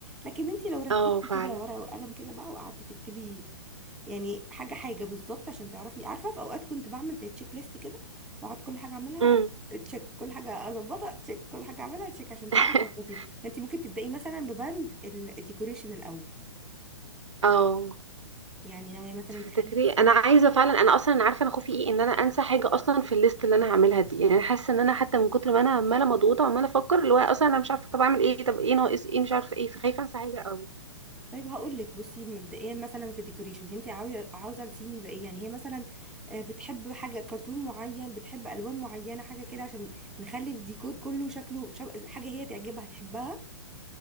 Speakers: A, in the centre; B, on the right (about 75°).
A: لكن انت لو رتبتي
B: اه فعلا
A: كده ورقه وقلم كده بقى وقعدتي تكتبي يعني حاجه حاجه بالظبط عشان تعرفي عارفه في اوقات كنت بعمل زي تشيك ليست كده واقعد كل حاجه اعملها
B: امم
A: تشيك كل حاجه اظبطها تشيك كل حاجه اعملها تشيك عشان تعرفي
B: <laughs>
A: تظبطيها فانت ممكن تبداي مثلا ببند ال- الديكوريشن الاول
B: اه
A: يعني ناويه مثلا
B: تفتكري
A: تخلي السيم
B: انا عايزه فعلا انا اصلا انا عارفه انا خوفي ايه ان انا انسى حاجه اصلا في الليست اللي انا هعملها دي يعني انا حاسه ان انا حتى من كتر ما انا عماله مضغوطه وعماله افكر اللي هو اصلا انا مش عارفه طب اعمل ايه طب ايه ناقص ايه مش عارفه ايه فخايفه انسى حاجه قوي
A: طيب هقول لك بصي مبدئيا مثلا في الديكوريشن انت عاوزه عاوزه السيم يبقى ايه يعني هي مثلا آه، بتحب حاجه كرتون معين بتحب الوان معينه حاجه كده عشان نخلي الديكور كله شكله شب- حاجه هي تعجبها تحبها